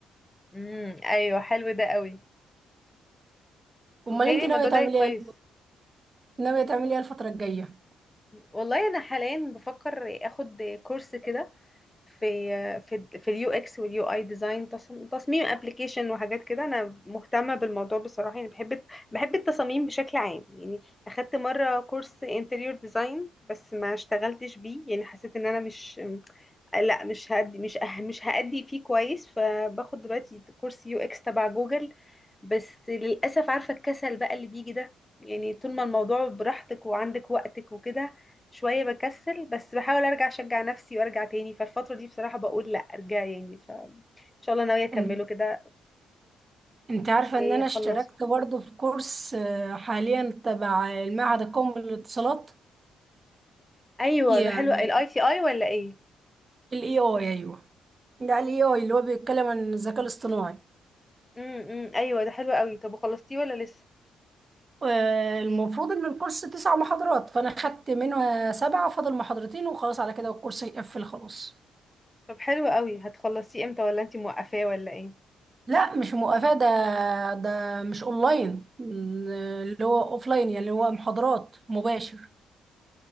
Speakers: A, on the left (about 15°); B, on the right (about 40°).
A: امم ايوه حلو ده قوي
B: امال
A: متهيألي
B: انت ناوية
A: الموضوع
B: تعملي
A: ده كويس
B: ايه ناوية تعملي ايه الفترة الجاية
A: والله انا حاليا بفكر اخد كورس كده في في في اليو اكس واليو اي ديزاين تصميم ابلكيشن وحاجات كده انا مهتمه بالموضوع بصراحه يعني بحب بحب التصاميم بشكل عام يعني اخدت مره كورس انتريور ديزاين بس ما اشتغلتش بيه يعني حسيت ان انا مش لا مش هدي مش أه مش هأدي فيه كويس فباخد دلوقتي كورس يو اكس تبع جوجل بس للأسف عارفة الكسل بقى اللي بيجي ده يعني طول ما الموضوع براحتك وعندك وقتك وكده شوية بكسل بس بحاول ارجع اشجع نفسي وارجع تاني فالفترة دي بصراحة بقول لا ارجع يعني فان شاء الله ناوية اكمله
B: انت
A: كده
B: انت عارفة
A: واخلصه
B: ان انا اشتركت برضه في كورس آه، حاليا تبع المعهد القومي للاتصالات
A: ايوه
B: يعني
A: ده حلو الاي تي اي ولا ايه
B: الاي اي ايوه ده الاي اي اللي هو بيتكلم عن الذكاء الاصطناعي
A: امم إمم. ايوه ده حلو قوي طب وخلصتيه ولا لسه
B: آه، المفروض ان الكورس تسع محاضرات فانا خدت منها سبعة فاضل محاضرتين وخلاص على كده والكورس يقفل خلاص
A: طب حلو قوي هتخلصيه امتى ولا انتي موقفاه ولا ايه
B: لا مش مقافاة ده ده مش اونلاين م، اللي هو اوفلاين يعني اللي هو محاضرات مباشر